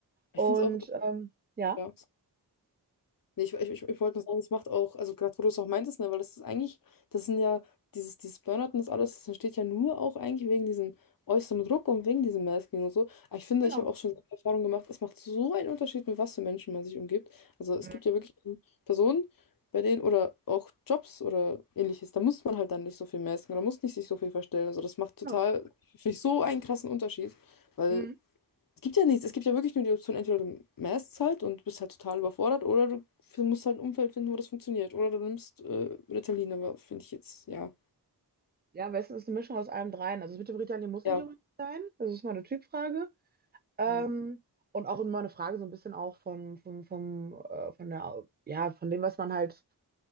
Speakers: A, on the left; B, on the right.
A: Ich
B: Und
A: finde es auch,
B: ähm, ja,
A: ja. Nee, ich, ich, ich ich wollte nur sagen, es macht auch, also gerade wo du es auch meintest, ne, weil das ist eigentlich, das sind ja, dieses, dieses Burnout und das alles, das entsteht ja nur auch eigentlich wegen diesem äußeren Druck und wegen diesem Masking und so. Aber ich finde,
B: genau.
A: ich habe auch schon die Erfahrung gemacht, es macht so einen Unterschied, mit was für Menschen man sich umgibt. Also es
B: Mhm.
A: gibt ja wirklich Personen, bei denen, oder auch Jobs oder ähnliches, da muss man halt dann nicht so viel masken oder muss nicht sich so viel verstellen. Also das macht total,
B: genau.
A: finde ich, so einen krassen Unterschied, weil
B: Mhm.
A: es gibt ja nichts, es gibt ja wirklich nur die Option, entweder du mästst halt und bist halt total überfordert oder du f- musst halt ein Umfeld finden, wo das funktioniert. Oder du nimmst äh, Ritalin, aber finde ich jetzt, ja.
B: Ja, am besten ist eine Mischung aus allem dreien. Also das mit dem Ritalin muss
A: Ja,
B: nicht unbedingt sein. Das ist mal eine Typfrage. Ähm,
A: ja.
B: und auch immer eine Frage so ein bisschen auch vom, vom, vom, äh, von der, ja, von dem, was man halt